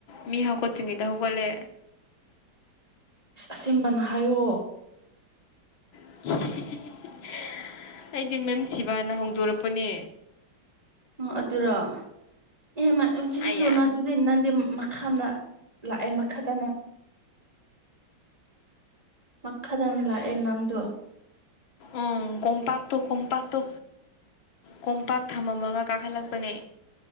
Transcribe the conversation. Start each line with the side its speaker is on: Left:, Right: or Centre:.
Left: ꯃꯤ ꯍꯀꯣꯠꯇꯔꯤꯉꯩꯗ ꯍꯩꯒꯣꯂꯦ
Right: <unintelligible> ꯑꯁꯦꯡꯕꯅ ꯍꯥꯏꯌꯣ
Left: <unintelligible> ꯑꯩꯗꯤ ꯃꯦꯝ ꯁꯤꯕꯥꯅ ꯍꯧꯗꯣꯔꯛꯄꯅꯦ
Right: ꯑꯣ ꯑꯗꯨꯔꯣ ꯑꯦ ꯃ ꯃꯆꯤꯟꯊꯤꯒꯅꯣ
Left: ꯑꯌꯥ
Right: ꯑꯗꯨꯗꯤ ꯅꯪꯗꯤ ꯃꯈꯥꯅ ꯂꯥꯛꯑꯦ ꯃꯈꯥꯗꯅ ꯃꯈꯥꯗꯅ ꯂꯥꯛꯑꯦ ꯅꯪꯗꯣ
Left: ꯎꯝ ꯀꯣꯝꯄꯥꯛꯇꯣ ꯀꯣꯝꯄꯥꯛꯇꯣ ꯀꯣꯝꯄꯥꯛ ꯊꯝꯃꯝꯃꯒ ꯀꯥꯈꯠꯂꯛꯄꯅꯦ